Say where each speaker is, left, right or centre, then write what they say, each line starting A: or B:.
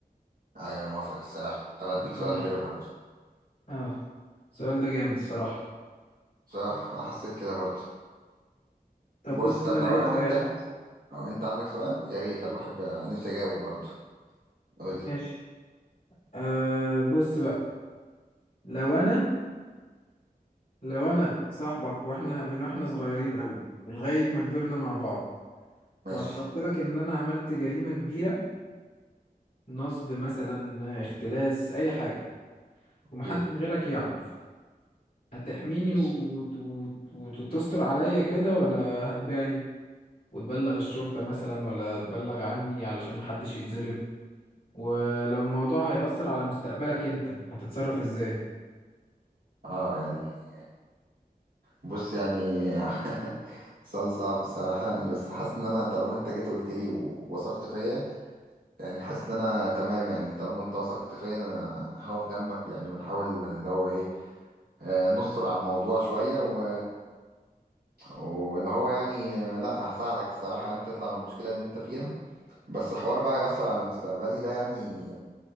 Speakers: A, on the right (about 70°); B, on the left (about 65°).
A: أيوة أنا موافق الصراحة طب أديك
B: اه
A: سؤال حلو برضه
B: اه السؤال ده جامد الصراحة
A: صح أنا حسيت كده برضه
B: طب
A: بص
B: بص
A: طب
B: انا لقيت
A: لو انا
B: سؤال
A: وانت لو انت عندك سؤال يا ريت انا بحب نفسي اجاوب برضه قول
B: ماشي
A: لي
B: آه بص بقى لو انا لو انا صاحبك واحنا من واحنا صغيرين قوي ولغاية ما كبرنا مع بعض
A: ماشي
B: واعترفت لك ان انا عملت جريمة كبيرة نصب مثلا اختلاس اي حاجة ومحدش
A: ايه
B: غيرك يعرف هتحميني
A: ماشي
B: وت... وت... وت... وتستر عليا كده ولا هتبيعني وتبلغ الشرطة مثلا ولا تبلغ عني علشان محدش يتظلم ولو الموضوع هيأثر على مستقبلك انت هتتصرف ازاي
A: اه يعني بص يعني <laughs> سؤال صعب الصراحة يعني بس حاسس ان انا طالما انت جيت قلت لي ووثقت فيا يعني حاسس ان انا تمام يعني طالما انت وثقت فيا انا هقف جنبك يعني ونحاول اللي هو ايه آه، نستر على الموضوع شوية و... واللي هو يعني آه، لا هساعدك الصراحة يعني تطلع من المشكلة اللي انت فيها بس حوار بقى هيأثر على مستقبلي ده يعني